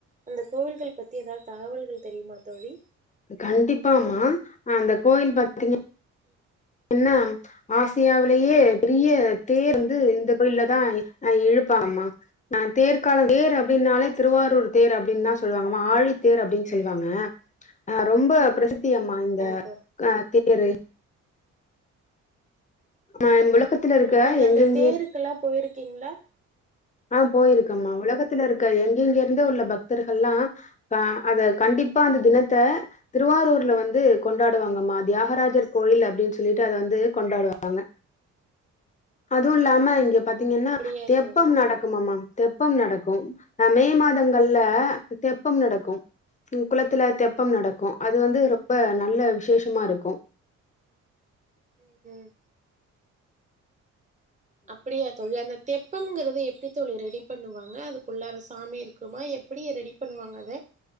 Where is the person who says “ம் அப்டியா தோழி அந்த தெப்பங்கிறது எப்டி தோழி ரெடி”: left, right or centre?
Right